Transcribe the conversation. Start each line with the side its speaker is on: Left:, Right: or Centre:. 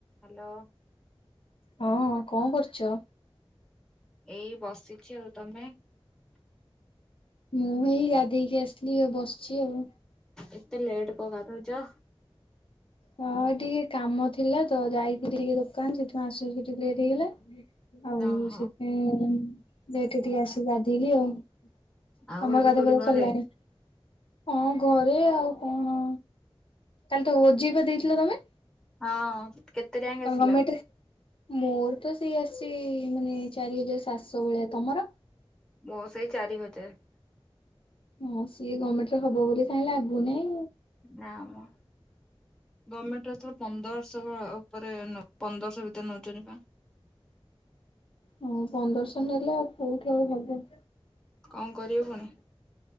Centre: Hello.
Left: ହଁ କଣ କରୁଛ?
Centre: ଏଇ ବସିଛି ଆଉ ତମେ?
Left: ମୁଁ ଏଇ ଗାଧେଇକି ଆସିଲି ଆଉ ବସିଛି ଆଉ।
Centre: ଏତେ ଲେଟ୍ କଣ ଗାଧଉଛ?
Left: ହଁ ଟିକେ କାମ ଥିଲା ତ ଯାଇଥିଲି ଟିକେ ଦୋକାନ ସେଠୁଁ ଆସୁ ଆସୁ ଟିକେ ଲେଟ ହେଇଗଲା। ଆଉ
Centre: ଓହୋ
Left: ସେଥିପାଇଁ ଲେଟରେ ଟିକେ ଆସି ଗାଧେଇଲି ଆଉ। ତମର
Centre: ଆଉ ଏବେ
Left: ଗାଧୁଆ
Centre: କୋଉଠି
Left: ପାଧୁଆ
Centre: ଘରେ?
Left: ସରିଲାଣି ହଁ ଘରେ ଆଉ କଣ କାଲି ତ ଓ ଜେ ଇ ବା ଦେଇଥିଲ ତମେ?
Centre: ହଁ କେତେ ଯାଏ
Left: କଣ
Centre: ଆସିଲା?
Left: ଗମେଣ୍ଟରେ? ମୋର ତ ସେଇ ଆସିଛି ମାନେ ଚାରି ହଜାର ସାତଶହ ଭଳିଆ ତମର।
Centre: ମୋ ସେଇ ଚାରି ହଜାର।
Left: ହଁ ସିଏ ଗମେଣ୍ଟରେ ହବ ବୋଲି କାଇଁ ଲାଗୁନିଇଁ।
Centre: ନାମ ମୋ। ଗମେଣ୍ଟରେ ଏଥର ପନ୍ଦରଶହ ଉପରେ ନ ପନ୍ଦରଶହ ଭିତରେ ନଉଛନ୍ତି ବା।
Left: ହଉ ପନ୍ଦରଶହ ନେଲେ ଆଉ କୋଉଠି ଆଉ ହବ।
Centre: କଣ କରିବୁ ପୁଣି?